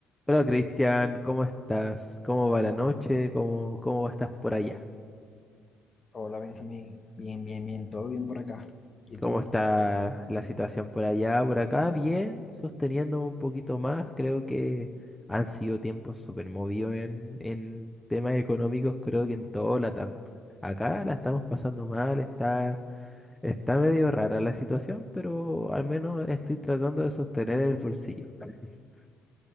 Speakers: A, in the centre; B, on the left (about 35°).
A: Hola Cristian, ¿cómo estás? ¿Cómo va la noche? ¿Cómo, cómo estás por allá?
B: Hola Benjamín, bien, bien, bien, todo bien por acá. ¿Y tú?
A: ¿Cómo está la situación por allá, por acá? Bien, sosteniendo un poquito más. Creo que han sido tiempos súper movidos en, en temas económicos, creo que en todo Latam. Acá la estamos pasando mal, está Está medio rara la situación, pero al menos estoy tratando de sostener el bolsillo. <laughs>